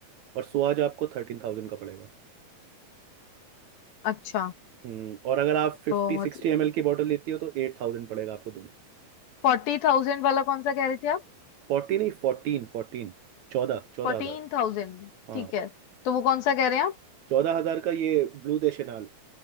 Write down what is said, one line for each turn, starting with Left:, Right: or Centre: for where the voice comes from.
Right: और सुहाज आपको थर्टीन थाउजेंड का पड़ेगा
Left: अच्छा
Right: हम्म और अगर आप फिफ्टी
Left: तो
Right: सिक्सटी
Left: मतलब
Right: एम एल की बॉटल लेती हो तो एट थाउजेंड पड़ेगा आपको दोनों
Left: फोर्टी थाउजेंड वाला कौन सा कह रहे थे आप
Right: फोर्टी नहीं फोर्टीन फोर्टीन चौदह चौदह
Left: फोर्टीन
Right: हजार
Left: थाउजेंड
Right: हाँ
Left: ठीक है तो वो कौन सा कह रहे हैं आप
Right: चौदह हजार का ये ब्लू दे शेनाल